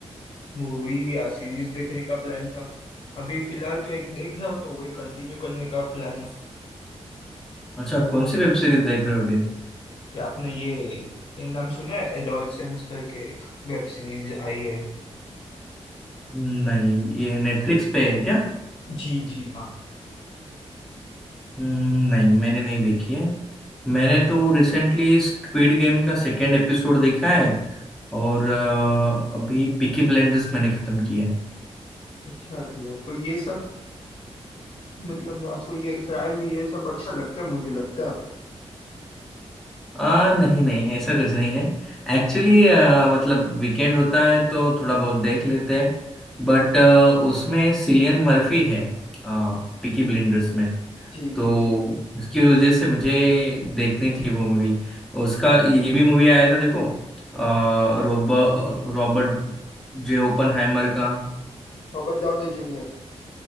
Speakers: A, on the left; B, in the centre.
A: मूवी या सीरीज देखने का प्लान था अभी फिलहाल तो एक देख रहा हूँ तो वही कंटिन्यू करने का प्लान है
B: अच्छा कौन सी वेब सीरीज देख रहे हो अभी
A: कि आपने ये ये नाम सुना है एडोलसेंस करके एक वेब सीरीज आई है
B: हम्म, नहीं ये नेटफ्लिक्स पे है क्या
A: जी जी हाँ
B: हम्म, नहीं मैंने नहीं देखी है मैंने तो रिसेंटली स्क्विड गेम का सेकेंड एपिसोड देखा है और आ, अभी पीकी ब्लेंडर्स मैंने खत्म किया है
A: अच्छा जी आपको ये सब मतलब आपको ये क्राइम ये सब अच्छा लगता है मुझे लगता है आपको
B: आ, नहीं नहीं ऐसा कुछ नहीं है एक्चुअली मतलब वीकेंड होता है तो थोड़ा बहुत देख लेते हैं बट उसमें सिलियन मर्फी है आ, पिकी ब्लिंडर्स में
A: जी
B: तो
A: जी जी
B: उसकी वजह से मुझे देखनी थी वो मूवी उसका ये भी मूवी आया था देखो आ, रोब रॉबर्ट जे ओपनहाइमर का
A: Robert Downey Junior